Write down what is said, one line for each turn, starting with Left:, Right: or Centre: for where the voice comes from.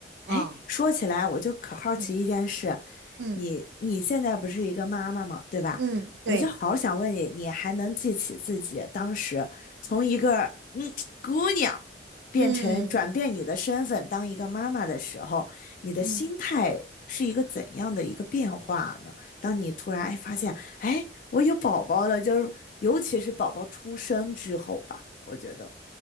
Left: 哎，
Right: 啊，
Left: 说起来，我就可好奇一件事，
Right: 嗯嗯
Left: 你你现在不是一个妈妈嘛，对吧？
Right: 嗯，对，
Left: 我就好想问你，你还能记起自己当时从一个嗯姑娘变成转变你的身份当一个妈妈的时候，
Right: 嗯
Left: 你的心态是一个怎样的一个变化呢？
Right: 嗯。
Left: 当你突然哎发现，哎，我有宝宝了，就是尤其是宝宝出生之后吧，我觉得。